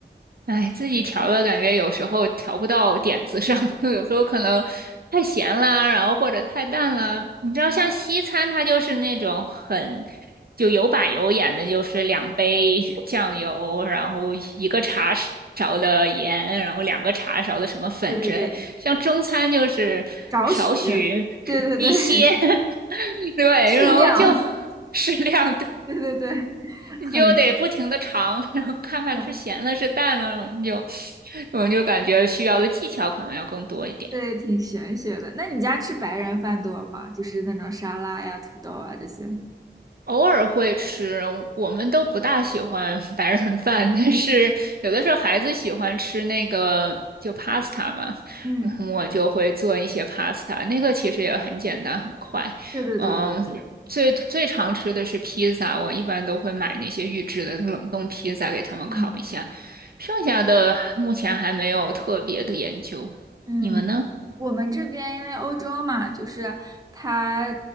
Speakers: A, on the right; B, on the right.
A: 哎，自己调的感觉有时候调不到点子上，<laughs> 就有时候可能太咸啦，然后或者太淡啦。你知道，像西餐它就是那种很就有板有眼的，就是两杯酱油，然后一个茶勺的盐，然后两个茶勺的什么粉之类。
B: 对对对，
A: 像中餐就是少许
B: 少许，对对对，
A: <laughs> 一些，
B: <laughs>
A: <laughs> 对，
B: 适量。
A: 然后就 <laughs> 适量，
B: <laughs>
A: <laughs>
B: 对对对，
A: 你就得不停的尝，
B: 很，
A: <laughs> 然后看看是咸了是淡了，
B: 嗯，
A: 我们就我们就感觉需要的技巧可能要更多一点。
B: 对，挺玄学的。那你家吃白人饭多吗？就是那种沙拉呀、土豆啊这些。
A: 偶尔会吃，我们都不大喜欢 <laughs> 白人饭，但是有的时候孩子喜欢吃那个就 pasta 嘛，
B: 嗯，
A: 然后我就会做一些 pasta，那个其实也很简单很快。
B: 对对对对对，
A: 嗯，最最常吃的是披萨，我一般都会买那些预制的冷冻披萨给他们烤一下，
B: 嗯
A: 剩下的目前还没有特别的研究。
B: 嗯。
A: 你们呢？
B: 我们这边因为欧洲嘛，就是它